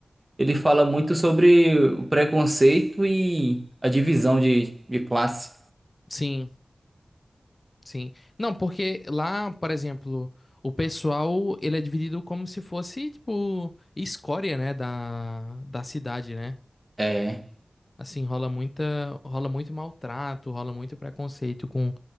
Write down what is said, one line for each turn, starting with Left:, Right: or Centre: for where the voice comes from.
Right: Ele fala muito sobre o preconceito e a divisão de, de classe.
Left: Sim, sim. Não, porque lá, por exemplo, o pessoal, ele é dividido como se fosse, tipo, escória, né? Da, da cidade, né?
Right: É,
Left: Assim, rola muita, rola muito maltrato, rola muito preconceito com,